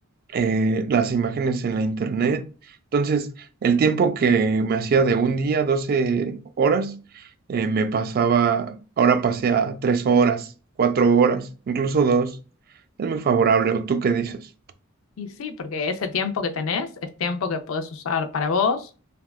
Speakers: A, on the right; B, on the left.
A: eh, las imágenes en la internet. Entonces, el tiempo que me hacía de un día, 12 horas, eh, me pasaba, ahora pasé a 3 horas, 4 horas, incluso dos Es muy favorable, ¿o tú qué dices?
B: Y sí, porque ese tiempo que tenés es tiempo que podés usar para vos